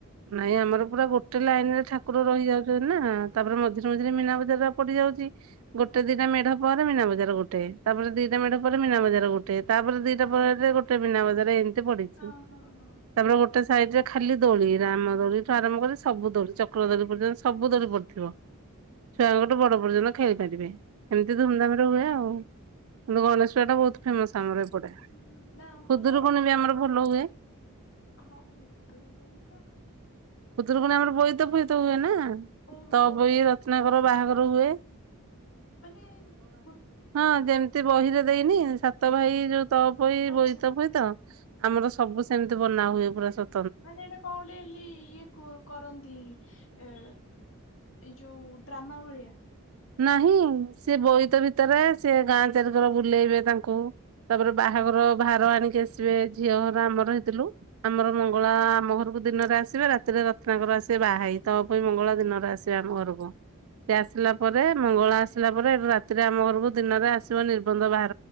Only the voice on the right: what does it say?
ନାଇଁ ଆମର ପୁରା ଗୋଟେ ଲାଇନରେ ଠାକୁର ରହିଯାଉ <unintelligible> ନା ତାପରେ ମଝିରେ ମଝିରେ ମୀନା ବଜାର ଟା ପଡିଯାଉଚି।
ଗୋଟେ ଦିଟା ମେଢ ପରେ ମୀନା ବଜାର ଗୋଟେ। ତାପରେ ଦିଟା ମେଢ ପରେ ମୀନା ବଜାର ଗୋଟେ ତାପରେ ଦିଟା ପରେ ଗୋଟେ ମୀନା ବଜାର ଏମ୍ ତି ପଡିଚି
ତାପରେ ଗୋ ଟେ ସାଇଡରେ ଖାଲି ଦୋଳି ରାମ ଦୋଳିଠୁ ଆରମ୍ଭ କରି ସବୁ ଦୋଳି ଚକ୍ର ଦୋଳି ପର୍ଯ୍ୟ ସବୁ ଦୋଳି ପଡିଥିବ। ଛୁଆଙ୍କ ଠୁ ବଡ ପର୍ଯ୍ୟନ୍ତ ଖେଳିପାରିବେ ଏମିତି ଧୁମଧାମ୍ ରେ ହୁଏ ଆଉ। କିନ୍ତୁ ଗଣେଶ ପୂଜାଟା ବହୁତୁ ଫେମସ୍ ଆମର ଏପଟେ
ଖୁଦୁରୁକୁଣୀ ବି ଆମର ଭଲ ହୁଏ।
ଖୁଦୁରୁକୁଣୀ ଆମର ବୋଇତ ଫୋଇତ ହୁଏ ନା
ତପୋଇ ରତ୍ନାକର ବାହାଘର ଉଏ।
ହଁ ଯେମିତି ବହିରେ ଦେଇନି ସାତ ଭାଇ ଯୋଉ ତପୋଇ
ବୋଇତ ଫୋଇତ ଆମର ସବୁ ସେମିତି ବନା ହୁଏ ପୁରା ସ
ନାହିଁ ସେ ବୋଇତ ଭିତରେ ସିଏ ଗାଁ ଚାରିକର ବୁଲେଇବେ ତାଙ୍କୁ। ତାପରେ ବାହାଘର ଭାର ଆଣିକି ଆସିବେ ଝିଅ ଘର ଆମର ହେଇତିଲୁ। ଆମର ମଙ୍ଗଳା ଆମ ଘରକୁ ଦିନରେ ଆସିବେ ରାତିରେ ରତ୍ନାକର ଆସିବେ ବା ହେଇ ତପୋଇ, ମଙ୍ଗଳା ଦିନରେ ଆସି <unintelligible> ଆମ ଘରକୁ ସେ ଆସିଲା ପରେ ମଙ୍ଗଳା ଆସ୍ ସିଲା ପରେ ଏଠୁ ରାତିରେ ଆମ ଘରକୁ ଦିନରେ ଆସିବ ନିର୍ବନ୍ଧ ବାଇ